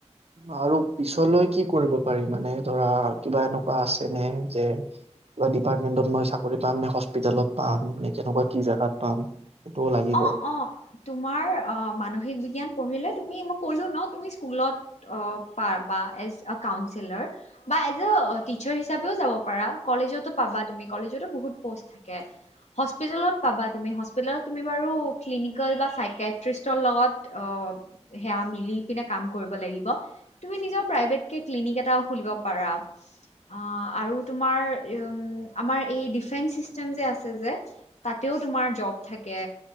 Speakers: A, on the right (about 60°); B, on the left (about 75°).
A: আৰু পিছলৈ কি কৰিব। পাৰি মানে ধৰা কিবা এনেকুৱা আছে নে যে কিবা ডিপাৰ্টমেণ্টত মই চাকৰি পাম নে হস্পিটেলত পাম নে কেনেকুৱা কি জেগাত পাম, সেইটোও লাগিব।
B: অ অ, তোমাৰ আহ মানসিক বিজ্ঞান পঢ়িলে তুমি মই কলো ন তুমি স্কুলত অ পাবা এজ আ কাউনচিলাৰ বা এজ আ টিচাৰ হিচাপেও যাব পাৰা। কলেজটো পাবা তুমি কলেজটো বহুত পোষ্ট থাকে হস্পিতালত পাবা তুমি হস্পিতালত তুমি বাৰু ক্লিনিকেল বা চাইকেট্ৰিষ্টৰ লগত অ সেয়া মিলি পিনে কাম কৰিব লাগিব তুমি নিজৰ প্ৰাইভেট ক্লিনিক এটাও খুলিব পাৰা। অ আৰু তোমাৰ উম আমাৰ এই ডিফেন্স চিষ্টেম যে আছে যে তাতেও তোমাৰ জব থাকে